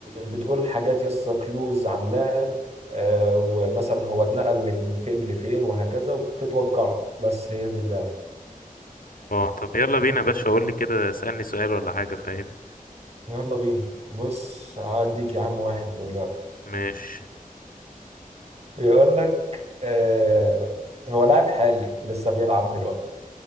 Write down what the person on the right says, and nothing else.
بتقول حاجات يسطا كلوز عن لاعب آه ومثلا هو اتنقل من فين لفين وهكذا وبتتوقعه بس هي دي اللعبة
يلا بينا بص هديك يا عم واحد دلوقتي
يقول لك آه هو لاعب حالي لسه بيلعب دلوقتي